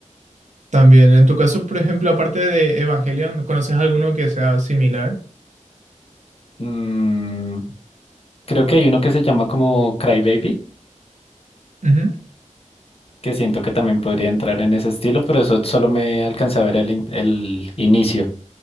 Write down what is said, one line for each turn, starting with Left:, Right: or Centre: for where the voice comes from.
Right: También, en tu caso, por ejemplo, aparte de Evangelion, ¿conoces alguno que sea similar?
Left: Mm, creo que hay uno que se llama como Cry Baby.
Right: Ujú,
Left: que siento que también podría entrar en ese estilo, pero eso solo me alcanza a ver el, in- el inicio.